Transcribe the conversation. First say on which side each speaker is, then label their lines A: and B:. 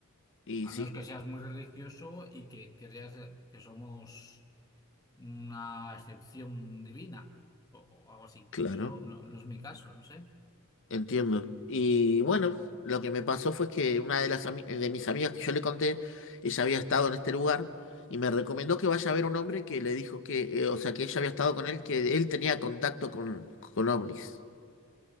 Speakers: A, on the left; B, on the left.
A: Y
B: A
A: sí,
B: menos que seas muy religioso y que creas eh, que somos una excepción divina o, o algo así.
A: claro,
B: Pero no, no es mi caso, no sé.
A: entiendo. Y bueno, lo que me pasó fue que una de las ami- de mis amigas que yo le conté, ella había estado en este lugar y me recomendó que vaya a ver un hombre que le dijo que, eh, o sea, que ella había estado con él, que él tenía contacto con, con ovnis.